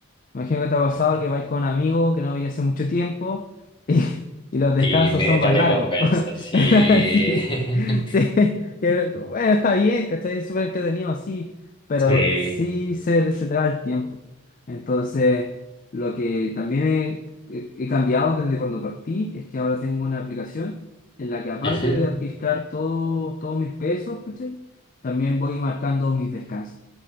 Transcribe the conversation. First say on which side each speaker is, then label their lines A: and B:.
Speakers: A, on the left (about 40°); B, on the left (about 20°).
A: Imagino que te ha pasado que vais con amigos que no veis hace mucho tiempo <laughs> y, y los descansos
B: Y métale
A: son más largos.
B: conversa,
A: <laughs>
B: sí.
A: Sí,
B: <laughs>
A: sí. Que, bueno, está bien, ¿cachai? Es súper entretenido así, pero
B: Sí.
A: sí se, se te va el tiempo. Entonces, lo que también he, he- he cambiado desde cuando partí es que ahora tengo una aplicación en la que aparte
B: Ujú.
A: de registrar todo, todos mis pesos, ¿cachai? También voy marcando mis descansos.